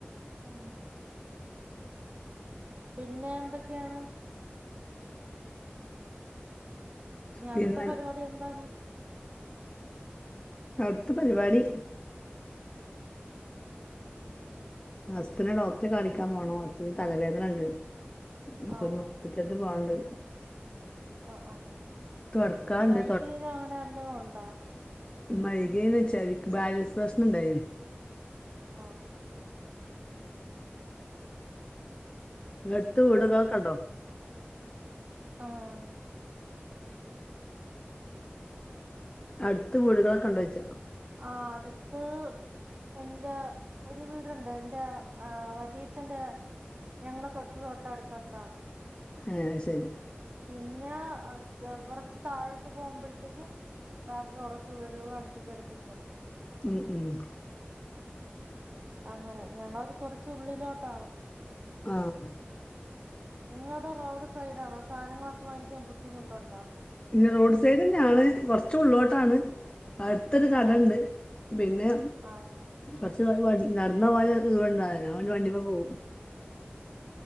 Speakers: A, on the right; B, on the left.
A: ആ പിന്നെ എന്തൊക്കെയാണ്? ഇനി
B: പിന്നെ
A: അട്ത്ത പരിവാടി എന്താണ്?
B: അട്ത്ത പരിവാടി അസ്‌ത്ത്നെ ഡോക്ടറെ കാണിക്കാൻ പോണോ അസ്തിന് തലവേദനണ്ട് ഇപ്പഞ്ഞ്
A: ആഹ്
B: ഹോസ്പിറ്റല് പോവാണ്ട്.
A: ആഹ് ആഹ്
B: തൊടക്കാണ്ട്
A: മൈഗ്രൈനോ അങ്ങനെ വലതുണ്ടോ
B: മൈഗേൻ വെച്ചാൽ ബാലൻസ് പ്രശ്നുണ്ടായി
A: ആഹ്.
B: ഇങ്ങടുത്ത് വീട്കളൊക്കെണ്ടോ
A: ആഹ് ആഹ്.
B: അടുത്ത് വീടുകളെക്കെ ഇണ്ടോയ്ച്ച
A: ആഹ് അടുത്ത് എന്റെ ഒരു വീടുണ്ട് എന്റെ ആഹ് വലിയച്ഛന്റെ ഞങ്ങളെ തൊട്ട് തൊട്ട് അടുത്തടുത്താണ്
B: ആഹ് ശരി
A: പിന്നെ കുറച്ച് താഴോട്ട് പോകുമ്പോഴത്തേക്കും ബാക്കി കുറച്ച് വീടുകളും അടുപ്പിച്ചടുപ്പിച്ചുണ്ട്
B: ഉം ഉം.
A: അങ്ങനെ ഞങ്ങളത് കൊറച്ചുള്ളിലോട്ടാണ്
B: ആഹ്.
A: നിങ്ങളുടെ റോഡ് സൈഡ് ആണോ സാധനങ്ങളൊക്കെ വാങ്ങിക്കാൻ ബുദ്ധിമുട്ടുണ്ടോ?
B: പിന്നെ റോഡ് സൈഡ് തന്നെയാണ് കുറച്ച ഉള്ളിലോട്ടാണ്. അടുത്തൊരു കട
A: ആഹ്
B: ഉണ്ട് പിന്നെ
A: ആഹ്
B: കൊറച്ചു <unintelligible> നടന്ന് പോവാന്ലെ ദൂരം <unintelligible> അവന് വണ്ടി മേ പോവും.